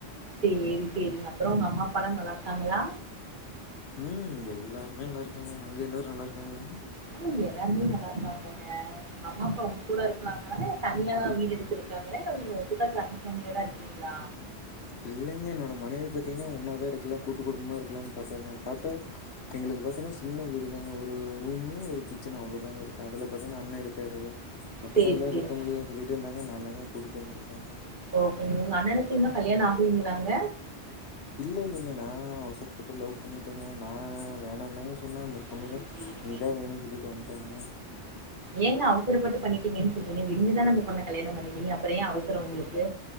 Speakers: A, on the right (about 50°); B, on the left (about 75°).
A: சேரி சேரிங்க அப்றோ உங்க அம்மா அப்பாலா நல்லாருக்காங்ளா?
B: ம் எல்லாருமே நல்லாருக்காங்க அங்க எல்லாரு நல்லாருக்காங்ளா?
A: ஆ எல்லாருமே நல்லாருக்காங்கங்க உங்க அம்மா அப்பா உங் கூட இருக்கலாங்களா இல்ல தனியா வீடு எடுத்து இருக்காங்களா இல்ல நீங்க ஒட்டுக்கா ஜாயின் ஃபேமிலியா தா இருக்கீங்ளா?
B: இல்லைங்க என்னோட மனைவி பாத்தீங்கனா ஒன்னாதா இருக்கலா கூட்டு குடும்பமா இருக்லான் பாத்தாங்க பாத்தா எங்களுக்கு பாத்தனா சின்ன வீடுதாங்க ஒரு ரூமு ஒரு கிச்சன் அவ்ளொதாங்க இருக்கு அதுல பாத்தீங்னா அண்ண இருக்காரு மொத்தமா
A: சேரி
B: எல்லாருக்க
A: சேரிங்க.
B: முடியாது சொல்லிட்டேந்தாங்க நாந்தாங்க கூட்டிட்டு‌வந்துருக்கேங்க
A: ஓகேங்க உங்க அண்ணனுக்கு இன்னு கல்யாணொ ஆகலைங்கலாங்க
B: இல்லெல்லைங்க நா அவசரப்பட்டு லவ் பண்ணிட்டேங்க நா வேணாந்தாங்க சொன்னா அந்த
A: சேரி
B: பொண்ணு தா
A: சேரிங்க.
B: நீ தா வேணுன் சொல்லிட்டு வன் டாங்க
A: ஏங்க அவசரப்பட்டு பண்ணிட்டீங்கன் சொல்றீங்க விரும்பிதான அந்த பொண்ண கல்யாணொ பண்ணிட்டீங்க அப்ற ஏ அவசரொ உங்ளுக்கு